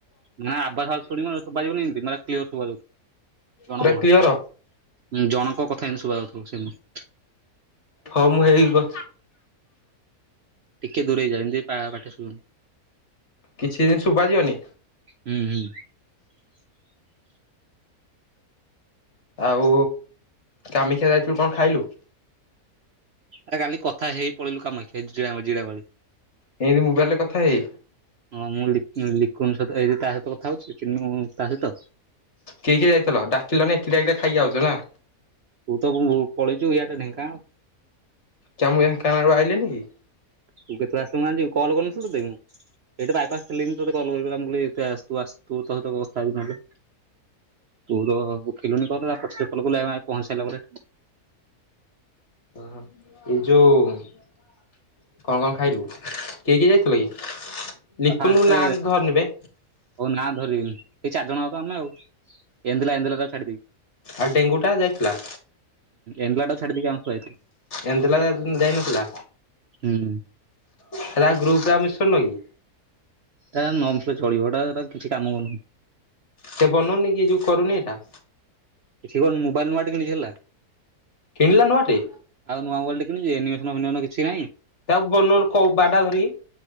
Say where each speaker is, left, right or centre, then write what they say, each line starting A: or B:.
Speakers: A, on the right; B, on the left.
A: ନା ଆୱାଜ ଆ ଶୁଣିବ ଶୁଭାଯିବନି କେମିତି ମତେ କ୍ଲିୟର ଶୁଣାଯାଉଛି। ଜଣଙ୍କ
B: ପୁରା କ୍ଲିଅର
A: ଭଏସ୍, ଉଁ ଜଣଙ୍କ କଥା ହିଁ ଶୁଭାଯାଉଥିବ ସେମିତି।
B: ହଁ ମୁଁ ହେଇ ପା
A: ଟିକେ ଦୂରେଇ ଯାନି ଟିକେ ପା ପାଟି ଶୁୁନ
B: କିଛି ଯେମି ଶୁଭାଯିବନି
A: ହୁଁ ହୁଁ
B: ଆଉ କାମିକ୍ଷା ଯାଇଥିଲୁ କଣ ଖାଇଲୁ?
A: ଆରେ କାଲି କଥା ହେଇ-ହେଇ ପଳେଇଲୁ କାମାକ୍ଷା ଏଠୁ ଜି ଜିରାଗଳି।
B: ଏମିତି ମୋବାଇଲରେ କଥା ହେଇ
A: ହଁ ମୁଁ ଲିକୁ ଲିକୁନ୍ ସହିତ ଏବେ ତା ସହିତ କଥା ହଉଛି ମୁଁ ତା ସହିତ
B: କିଏ କିଏ ଯାଇଥିଲ ଡାକିଲନି ଏକଟିଆ ଏକଟିଆ ଖାଇକି ଆଉଛ ନା?
A: ତୁଉ-ଉ ପଳେଇଛୁ ଇଆଡେ ଢେଙ୍କାନାଳ।
B: କା ମୁଁ ଡେଙ୍କାନାଳରୁ ଆଇଲିନି କି?
A: ତୁ କେତେବେଳେ ଆସିଲୁ ମୁଁ ଆଜି କଲ୍ <unintelligible> ଏଇଠି ବାଇପାସ ଥିଲେ ବି ତତେ କଲ କରି ମୁଁ କହିଲି ଆସେ ତୁ ଆସେ ତୋ ସହିତ କଥା ହେବି ନହେଲେ। ତୁ ତ ଓଖିଲୁନି କଲ୍ ତା ପଛରେ କଲ କଲୁ ଆମେ ଆମେ ପହଞ୍ଚି ସାରିଲା ପରେ ଏଠି।
B: ଓହୋଃ ଏ ଯୋଉ କଣ କଣ ଖାଇଲୁ? କିଏ କି ଯାଇଥିଲ କି? ଲିକୁନଙ୍କ
A: ଫାଷ୍ଟେ
B: ନାଁ ଧରନି ବେ।
A: ହଉ ନା ଧରିବିନି ଏଇ ଚାରି ଜଣ ଅ ତ ଆମେ ଆଉ, ଏନ୍ଦଲା ଏନ୍ଦଲା ତାକୁ ଛାଡିଦେବି।
B: ଆଉ ଡେଙ୍ଗୁଟା ଯାଇଥିଲା?
A: ଏଣ୍ଡଲଟାକୁ ଛାଡିଦେଇକି ଆମେ ପଳେଇଥିଲୁ।
B: ଏନ୍ଦଲା ଯାଇ ଯାଇନଥିଲା?
A: ହୁଁ
B: ହେରା ଗ୍ରୁପରେ ଆଉ ମିଶୁନ କି?
A: ଏଟା ନ <unintelligible> ଚଳିବ ହେଟା ହେଟା କିଛି କାମକୁ ନୁହଁ।
B: ସେ ବନଉନି କି ଯୋଉ କରୁନି ଏଟା?
A: ସେ କଣ ମୋବାଇଲ୍ ନୂଆଟେ କିଣିଛି ହେଲା।
B: କିଣିଲା ନୂଆଟେ?
A: ଆଉ ନୂଆ ମୋବାଇଲଟେ କିଣିଛି ଯେ ଏନିମେସନ ଫେନିମନ କିଛିନାହିଁ।
B: ତାକୁ ବନ <unintelligible> କହୁ ବାଡା ଧରିିକି।